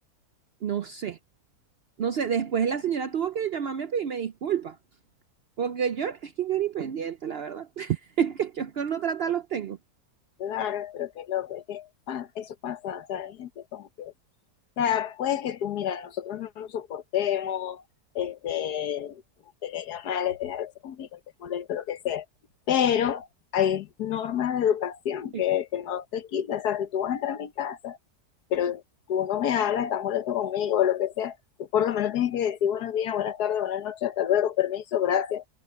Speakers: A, on the right; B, on the left.
A: No sé, no sé, después la señora tuvo que llamarme a pedirme disculpas, porque yo, es que yo ni pendiente, la verdad, <laughs> es que yo con no tratar los tengo.
B: Claro, pero qué loco, es que pa- eso pasa, o sea, hay gente como que O sea, puede que tú, mira, nosotros no nos soportemos, este, te caiga mal, te agarres conmigo, te molesto, lo que sea, pero hay normas de educación
A: Sí,
B: que, que no te quitan, o sea, si tú vas a entrar a mi casa, pero tú no me hablas, estás molesto conmigo, o lo que sea, tú por lo menos tienes que decir buenos días, buenas tardes, buenas noches, hasta luego, permiso, gracias,